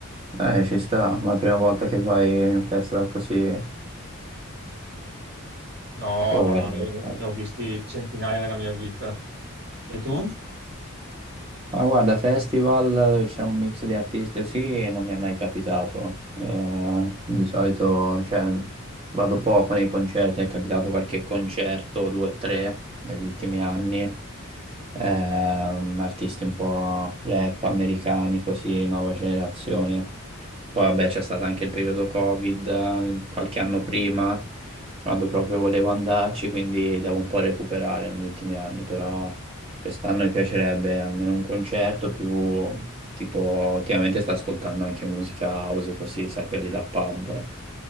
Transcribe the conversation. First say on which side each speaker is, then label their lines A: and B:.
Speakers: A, on the right; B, on the right.
A: Eh, ci sta, ma è la prima volta che vai in un festival così
B: No,
A: o
B: no,
A: è
B: no,
A: il
B: ne ho,
A: caso?
B: ne ho visti centinaia nella mia vita. E tu?
A: Ma guarda, festival dove c'è un mix di artisti così non mi è mai capitato. Eh, di solito, cioè, vado poco nei concerti, è capitato qualche concerto, due o tre, negli ultimi anni. Ehm, artisti un po' rap americani, così, nuova generazione. Poi vabbè c'è stato anche il periodo Covid, eh, qualche anno prima, quando proprio volevo andarci, quindi devo un po' recuperare negli ultimi anni, però... Quest'anno mi piacerebbe almeno un concerto più tipo ultimamente sto ascoltando anche musica house così, sai, quelli da pub,